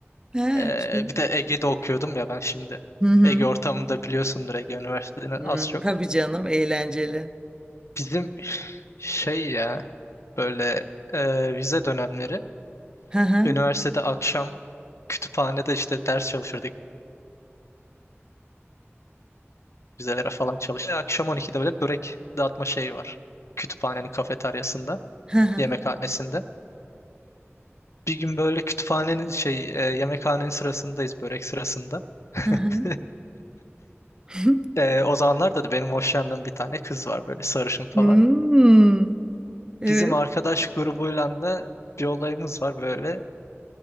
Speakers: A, on the right (about 15°); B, on the left (about 80°).
A: Ha,
B: Ee,
A: şey.
B: bir de Ege'de okuyordum ya ben şimdi.
A: Hı hı.
B: Ege ortamında biliyorsundur Ege Üniversitesi'ni az
A: Hı,
B: çok.
A: tabii canım, eğlenceli.
B: Bizim şey ya böyle e, vize dönemleri
A: Hı hı.
B: Üniversitede akşam kütüphanede işte ders çalışırdık. Vizelere falan çalıştık. Akşam 12'de böyle börek dağıtma şeyi var. Kütüphanenin kafeteryasında,
A: Hı hı.
B: yemekhanesinde. Bir gün böyle kütüphanenin şey e, yemekhanenin sırasındayız börek sırasında.
A: Hı hı.
B: <laughs>
A: <laughs>
B: E, o zamanlarda da benim hoşlandığım bir tane kız var böyle sarışın falan.
A: Hmm. Evet,
B: Bizim arkadaş grubuyla da bir olayımız var böyle.